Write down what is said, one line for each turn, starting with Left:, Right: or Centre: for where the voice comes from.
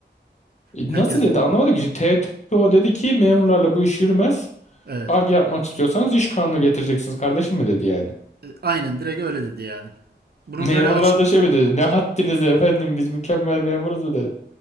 Right: Herkes
Left: nasıl dedi anlamadım ki. İşte TTO dedi ki memurlarla bu iş yürümez.
Right: evet
Left: Arge yapmak istiyorsanız iş kanunu getireceksiniz kardeşim mi dedi yani.
Right: E, aynen direkt öyle dedi yani. Bunu
Left: Memurlar
Right: böyle açık
Left: da şey mi dedi? Ne haddiniz efendim biz mükemmel memuruz mu dedi.